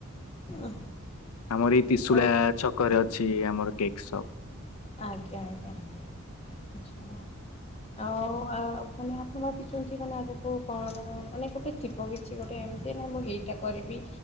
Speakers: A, on the left; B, on the left.
A: ହଉ।
B: ଆମର ଏଇ ତ୍ରିଶୁଳିଆ
A: ଆଉ
B: ଛକରେ ଅଛି ଆମର କେକ୍ ସପ୍।
A: ଆଜ୍ଞା ଆଜ୍ଞା ଆଛା ହ। ଆଉ ଆ ମାନେ ଆପଣ ଭାବିଛନ୍ତି ମାନେ ଆଗକୁ କଣ <unintelligible> ମାନେ ଗୋଟେ ଥିବ <unintelligible> କିଛି ଗୋଟେ ଏମିତି ନା ମୁଁ ଏଇଟା କରିବି।